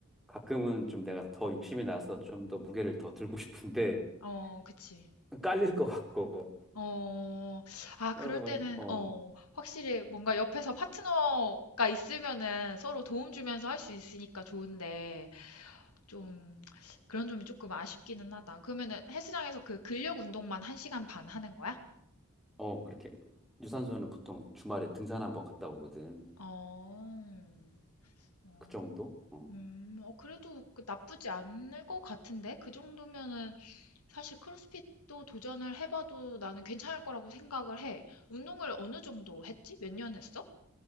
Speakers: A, in the centre; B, on the left (about 85°).
A: 가끔은 좀 내가 더 욕심이 나서 좀 더 무게를 더 들고 싶은데
B: 어, 그치.
A: <laughs> 깔릴 것 같고
B: 어, 아, 그럴
A: 그러다
B: 때는,
A: 보니까 어,
B: 어, 확실히 뭔가 옆에서 파트너가 있으면은 서로 도움 주면서 할 수 있으니까 좋은데, 좀, 그런 점이 조금 아쉽기는 하다. 그러면은 헬스장에서 그 근력 운동만 1시간 반 하는 거야?
A: 어 그렇게 유산소는 보통 주말에 등산 한번 갔다 오거든.
B: 어, 어,
A: 그 정도? 어.
B: 음, 어, 그래도 그 나쁘지 않을 것 같은데? 그 정도면은 사실 크로스핏도 도전을 해봐도 나는 괜찮을 거라고 생각을 해. 운동을 어느 정도 했지? 몇 년 했어?